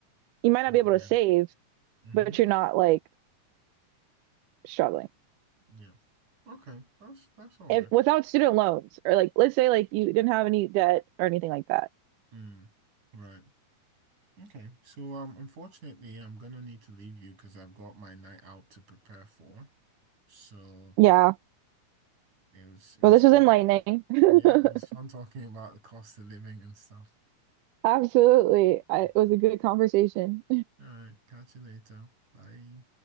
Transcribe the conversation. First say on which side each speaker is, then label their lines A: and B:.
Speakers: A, on the right; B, on the right.
A: you might not
B: Out
A: be able to
B: there.
A: save,
B: Mm-hmm.
A: but you're not like struggling.
B: Yeah. Okay. That's that's all
A: If
B: right.
A: without student loans or like let's say like you didn't have any debt or anything like that.
B: Mm, right. Okay. So um unfortunately I'm gonna need to leave you because I've got my night out to prepare for. So
A: Yeah.
B: it was it was
A: Well, this was enlightening.
B: yeah, it was
A: <laughs>
B: fun talking about the cost of living and stuff.
A: Absolutely. I,
B: Yeah.
A: it was a good conversation.
B: All right, catch you later. Bye.